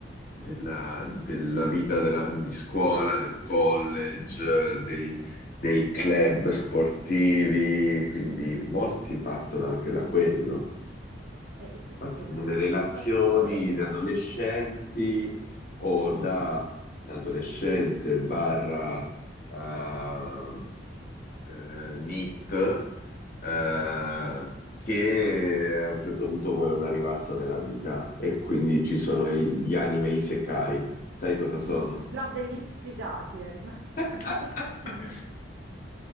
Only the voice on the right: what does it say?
E, e tu
che genere
leggi?
Cosa succede?
Cos'è?
<laughs>
Il,
il club degli sfigati è rimasto,
<laughs> fammi capire.